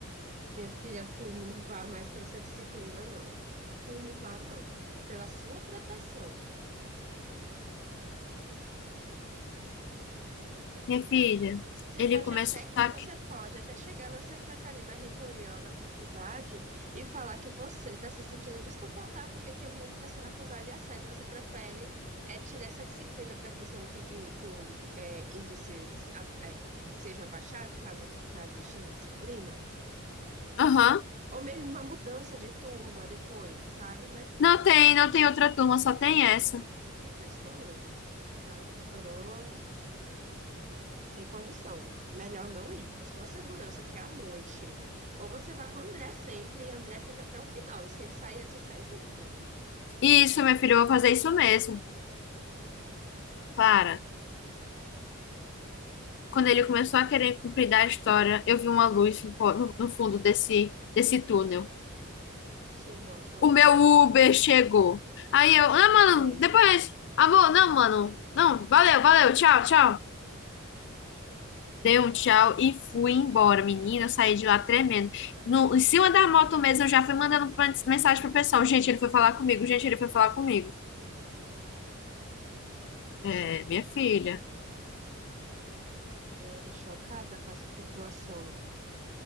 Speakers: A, on the right; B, on the left.
A: Minha filha, tu não vá mais para essa disciplina, não. Tu não vá, não. Pela sua proteção.
B: Minha filha,
A: Você
B: ele
A: pode
B: começou
A: até,
B: a.
A: você pode até chegar na secretaria, na reitoria lá da faculdade e falar que você está se sentindo desconfortável porque tem um menino que está sendo acusado de assédio. Você prefere é, tirar essa disciplina para que você não fique com é, índices ab- é, que sejam abaixados, caso que você está desistindo da disciplina.
B: Aham.
A: Ou mesmo uma mudança de turma depois, sabe? Mas,
B: Não tem, não tem outra turma, só tem essa.
A: enfim, estourou, tá? Estourou. Sem condição. Melhor não ir, com a sua segurança, que é à noite. Ou você vai com o André sempre, e André fica até o final. E se ele sair antes, você sai junto.
B: E isso, meu filho, eu vou fazer isso mesmo. Para.
A: Hum,
B: Quando ele começou a querer cumprir da história, eu vi uma luz no, po- no- no fundo desse, desse túnel.
A: seu mo- sua moto.
B: O meu Uber chegou. Aí eu, ah, mano,
A: Amém.
B: depois. Amor, não, mano. Não, valeu, valeu, tchau, tchau. Dei um tchau e fui embora. Menina, eu saí de lá tremendo. No, em cima da moto mesmo, eu já fui mandando pan- mensagem pro pessoal. Gente, ele foi falar comigo. Gente, ele foi falar comigo. É, minha filha.
A: Menina, Eu tô chocada com essa situação.